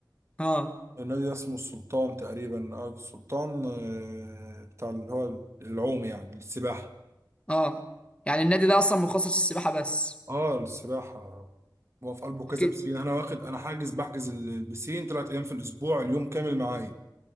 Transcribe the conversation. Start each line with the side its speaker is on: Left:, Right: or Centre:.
Left: آه
Right: النادي ده اسمه السلطان تقريبا اه السلطان آه، بتاع اللي هو العوم يعني السباحة
Left: آه يعني النادي ده أصلا مخصص للسباحة بس
Right: اه السباحة هو في قلبه كذا
Left: أكيد
Right: بسين أنا واخد أنا حاجز بحجز ال- البسين تلات أيام في الأسبوع اليوم كامل معايا